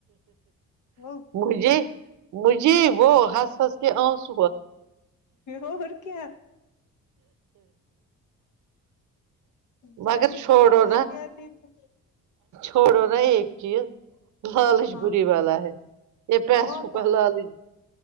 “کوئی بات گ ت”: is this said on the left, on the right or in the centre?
Left